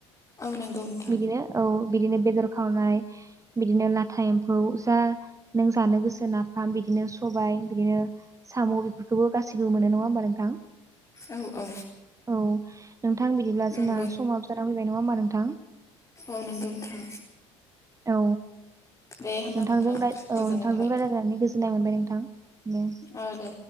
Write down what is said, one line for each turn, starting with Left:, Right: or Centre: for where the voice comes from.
Left: औ नंगौ नोंथां
Right: बिदिनो औ बिदिनो बेदर खावनाय बिदिनो लाथा एम फौ जा नों जानो गोसो नाफाम बिदिनो सबाय बिदिनो साम' बे खौबो गासैबो मोनो नङा होमबा नोंथां
Left: औ औ
Right: औ नोंथां बिदिब्ला
Left: नंगौ
Right: जोंना समाबो जाना फैबाय नङा होमबा नोंथां
Left: औ नोंगौ नोंथां
Right: औ
Left: दे होमबा
Right: नोंथांजों
Left: नोंथां
Right: राय ओ
Left: गोजोननाय
Right: नोंथांजों
Left: थाबाय
Right: रायज्लायनानै गोजोननाय मोनबाय नोंथां दे
Left: औ दे